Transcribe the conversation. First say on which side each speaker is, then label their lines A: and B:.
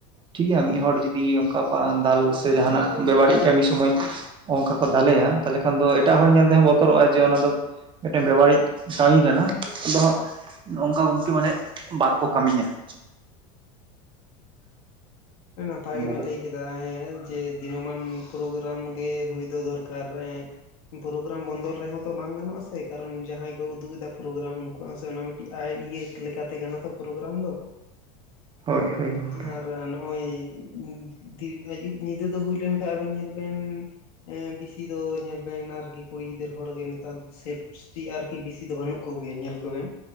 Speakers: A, on the right; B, on the left.
A: ᱴᱷᱤᱠ ᱜᱮᱭᱟ ᱢᱤᱫ ᱦᱚᱲ ᱡᱩᱫᱤ ᱚᱱᱠᱟ ᱠᱟ ᱫᱟᱞ ᱥᱮ ᱡᱟᱦᱟᱱᱟᱜ ᱵᱮ-ᱵᱟᱹᱲᱤᱡ ᱠᱟᱹᱢᱤ ᱥᱳᱢᱚᱭ ᱚᱱᱠᱟ ᱠᱚ ᱫᱟᱞᱮᱭᱟ? ᱛᱟᱦᱚᱞᱮ ᱠᱷᱟᱱ ᱫᱚ ᱮᱴᱟᱜ
B: ᱦᱮᱸ
A: ᱦᱚᱲ ᱧᱮᱞ ᱛᱮᱦᱚᱸ ᱠᱚ ᱵᱚᱛᱚᱨᱚᱜᱼᱟ ᱡᱮ ᱚᱱᱟ ᱫᱚ ᱢᱤᱫᱴᱮᱱ ᱵᱮᱵᱟᱹᱲᱤᱡ ᱠᱟᱹᱢᱤ ᱠᱟᱱᱟ ᱟᱫᱚ ᱦᱟᱸᱜ! ᱱᱚ ᱱᱚᱝᱠᱟ ᱜᱚᱝᱠᱮ ᱢᱟᱱᱮ ᱵᱟᱝᱠᱚ ᱠᱟᱹᱢᱤᱭᱟ ᱾
B: ᱱᱟᱯᱟᱭ
A: ᱚᱱᱟ
B: ᱜᱮ
A: ᱠᱷᱟᱹᱛᱤᱨ
B: ᱵᱚᱱ ᱞᱟᱹᱭ ᱠᱮᱫ ᱦᱮᱸ ᱡᱮ ᱫᱤᱱᱚᱢᱟᱱ ᱯᱨᱳᱜᱨᱟᱢ ᱜᱮ ᱦᱩᱭ ᱫᱚ ᱫᱚᱨᱠᱟᱨ ᱦᱮᱸ! ᱯᱨᱳᱜᱨᱟᱢ ᱵᱚᱱᱫᱚ ᱨᱮᱦᱚᱸ ᱛᱚ ᱵᱟᱝ ᱜᱟᱱᱚᱜ-ᱟ ᱥᱮ ᱠᱟᱨᱚᱱ ᱡᱟᱦᱟᱸᱭ ᱠᱚ ᱩᱫᱩᱜ ᱮᱫᱟ᱾ ᱯᱨᱳᱜᱨᱟᱢ ᱩᱱᱠᱩ ᱦᱟᱜ ᱥᱮ ᱚᱱᱟ ᱢᱤᱫᱴᱤᱡ ᱟᱭ ᱤᱭᱟᱹ ᱞᱮᱠᱟᱛᱮ ᱠᱟᱱᱟ ᱛᱚ ᱯᱨᱳᱜᱨᱟᱢ ᱫᱚ᱾ ᱟᱨ
A: ᱦᱳᱭ ᱦᱳᱭ
B: <unintelligible>
A: ᱜᱚᱢᱠᱮ
B: ᱱᱚᱜᱼᱚᱭ ᱫᱤ ᱟᱹᱭᱩᱵ ᱧᱤᱫᱟᱹ ᱫᱚ ᱦᱩᱭ ᱞᱮᱱᱠᱷᱟᱱ ᱟᱵᱮᱱ ᱧᱮᱞ ᱵᱮᱱ ᱵᱮᱥᱤ ᱫᱚ ᱧᱮᱞ ᱵᱮᱱ ᱟᱨᱠᱤ ᱠᱩᱲᱤ ᱜᱤᱫᱟᱹᱨ ᱦᱚᱲ ᱱᱮᱛᱟᱨ ᱫᱚ ᱥᱮᱯᱷ ᱥᱚᱛᱤ ᱟᱨᱠᱤ ᱵᱤᱥᱤ ᱫᱚ ᱵᱟᱹᱱᱩᱜ ᱠᱚᱜᱮᱭᱟ ᱧᱮᱞ ᱠᱚᱵᱮᱱ᱾